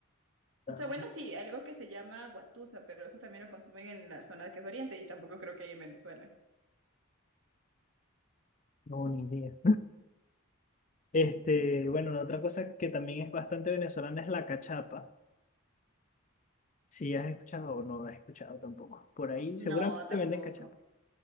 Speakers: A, on the right; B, on the left.
A: O
B: ah,
A: sea, bueno, sí, algo que se llama guatusa, pero eso también lo consumen en la zona que es Oriente y tampoco creo que hay en Venezuela.
B: no, ni idea. Este, bueno, la otra cosa que también es bastante venezolana es la cachapa. Si has escuchado o no has escuchado tampoco. Por ahí seguramente
A: No, tampoco.
B: venden cachapa.